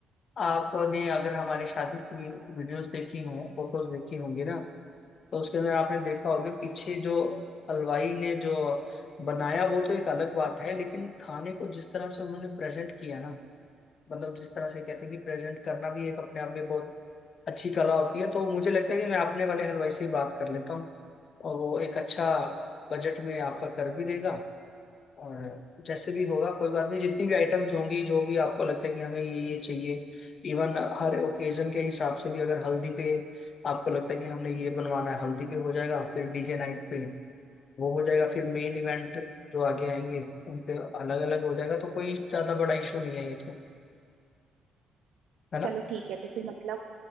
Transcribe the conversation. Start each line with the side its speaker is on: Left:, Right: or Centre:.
Left: आपने अगर हमारी शादी की वीडियोस देखी हों फोटोज देखी होंगी ना तो उसके अंदर आपने देखा होगा पीछे जो हलवाई ने जो बनाया वो तो एक अलग बात है लेकिन खाने को जिस तरह से उन्होंने प्रेजेंट किया ना मतलब जिस तरह से कहते हैं कि प्रेजेंट करना भी एक अपने आप में बहुत अच्छी कला होती है तो मुझे लगता है कि मैं अपने वाले हलवाई से ही बात कर लेता हूँ और वो एक अच्छा बजट में आपका कर भी देगा और जैसे भी होगा कोई बात नहीं जितनी भी आइटम्स होंगी जो भी आपको लगता है कि हमें ये ये चाहिए इवन हर ओकेजन के हिसाब से भी अगर हल्दी पे आपको लगता है कि हमने ये बनवाना है हल्दी पे हो जाएगा फिर डीजे नाइट पे वो हो जाएगा फिर मेन इवेंट जो आगे आएंगे उन पे अलग अलग हो जाएगा तो कोई ज्यादा बड़ा इशू नहीं है ये तो है ना
Right: चलो ठीक है तो फिर मतलब